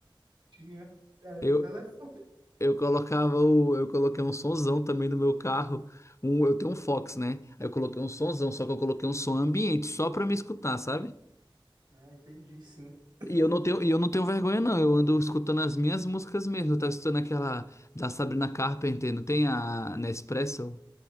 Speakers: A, on the right; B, on the left.
A: Tinha. É
B: Eu,
A: meu telefone.
B: eu colocava o, eu coloquei um sonzão também no meu carro. Um, eu tenho um Fox, né? Aí eu coloquei um sonzão, só que eu coloquei um som ambiente só pra me escutar, sabe?
A: Ah, entendi, sim. <clears throat>
B: E eu não tenho, e eu não tenho vergonha não. Eu ando escutando as minhas músicas mesmo. Eu tava escutando aquela da Sabrina Carpenter, não tem a Nespresso?